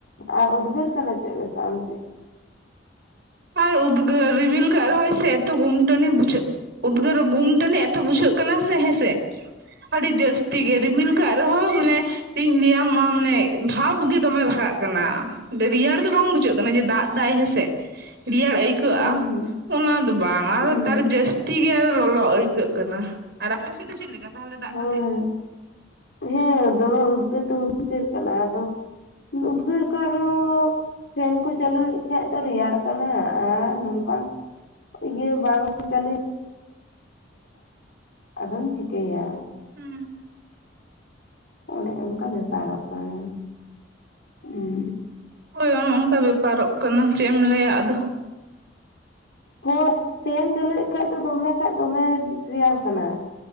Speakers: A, on the left (about 65°); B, on the right (about 60°).
A: ᱟᱨ ᱩᱫᱽᱜᱟᱹᱨ ᱠᱟᱱᱟ ᱪᱮᱫ ᱞᱮᱠᱟ ᱚᱱᱛᱮ?
B: ᱟᱨ ᱩᱫᱽᱜᱟᱹᱨ ᱨᱤᱢᱤᱞ ᱠᱟᱜ ᱨᱮᱦᱚᱸᱭ ᱥᱮ ᱮᱛᱚ ᱜᱩᱢᱴᱟᱹᱱᱤ ᱵᱩᱡᱷᱟᱹᱜ, ᱩᱫᱽᱜᱟᱹᱨ ᱜᱩᱢᱴᱟᱹᱱᱤ ᱮᱛᱚ ᱵᱩᱡᱷᱟᱹᱜ ᱠᱟᱱᱟ ᱥᱮ ᱦᱮᱸᱥᱮ, ᱟᱹᱰᱤ ᱡᱟᱹᱥᱛᱤ ᱜᱮ ᱨᱤᱢᱤᱞ ᱠᱟᱜ ᱨᱮᱦᱚᱸ ᱢᱟᱱᱮ ᱪᱮᱫ ᱤᱧ ᱞᱟᱹᱭᱟ ᱢᱟ ᱢᱟᱱᱮ ᱵᱷᱟᱵᱽ ᱜᱮ ᱫᱚᱢᱮ ᱨᱟᱠᱟᱵ ᱠᱟᱱᱟ, ᱨᱮᱭᱟᱲ ᱫᱚ ᱵᱟᱝ ᱵᱩᱡᱷᱟᱹᱜ ᱠᱟᱱᱟ ᱡᱮ ᱫᱟᱜ ᱫᱟᱭ ᱦᱮᱸᱥᱮ ᱨᱮᱭᱟᱲ ᱟᱹᱭᱠᱟᱹᱜᱼᱟ᱾
A: ᱦᱩᱸ ᱦᱩᱸ
B: ᱚᱱᱟ ᱫᱚ ᱵᱟᱝ
A: ᱦᱩᱸ
B: ᱟᱨᱦᱚ ᱛᱟᱨ ᱡᱟᱹᱥᱛᱤ ᱜᱮ ᱟᱫᱚ ᱞᱚᱞᱚ ᱟᱹᱭᱠᱟᱹᱜ ᱠᱟᱱᱟ᱾ ᱟᱨ ᱟᱯᱮ ᱥᱮᱫ ᱫᱚ ᱪᱮᱫ ᱞᱮᱠᱟ? ᱛᱟᱦᱚᱞᱮ ᱫᱟᱜ
A: ᱦᱳᱭ
B: ᱠᱟᱛᱮᱜ
A: ᱦᱮᱸ, ᱫᱚᱢᱮ ᱩᱫᱽᱜᱟᱹᱨ ᱫᱚ ᱩᱫᱽᱜᱟᱹᱨ ᱠᱟᱱᱟ ᱟᱫᱚ, ᱩᱫᱽᱜᱟᱹᱨ ᱠᱟ ᱫᱚ, ᱯᱷᱮᱱ ᱠᱚ ᱪᱟᱹᱞᱩᱭᱮᱫ ᱠᱷᱟᱡ ᱫᱚ ᱨᱮᱭᱟᱲ ᱠᱟᱱᱟ ᱟᱨ ᱱᱚᱝᱠᱟ, ᱤᱭᱟᱹ ᱵᱟᱝ <unintelligible> ᱟᱫᱚᱢ ᱪᱤᱠᱟᱹᱭᱟ,
B: ᱦᱩᱸ,
A: ᱚᱱᱮ ᱚᱱᱠᱟ ᱵᱮᱯᱟᱨᱚᱜ ᱠᱟᱱᱟ᱾ ᱦᱩᱸ,
B: ᱦᱳᱭ ᱚᱱᱮ ᱚᱱᱠᱟ ᱵᱮᱯᱟᱨᱚᱜ ᱠᱟᱱᱟ ᱪᱮᱫ ᱮᱢ ᱞᱟᱹᱭᱟ ᱟᱫᱚ
A: <unintelligible> ᱯᱷᱮᱱ ᱪᱟᱹᱞᱩᱭᱮᱫ ᱠᱷᱟᱡ ᱫᱚ ᱫᱚᱢᱮ ᱠᱷᱟᱡ ᱫᱚᱢᱮ ᱨᱮᱭᱟᱲ ᱠᱟᱱᱟ᱾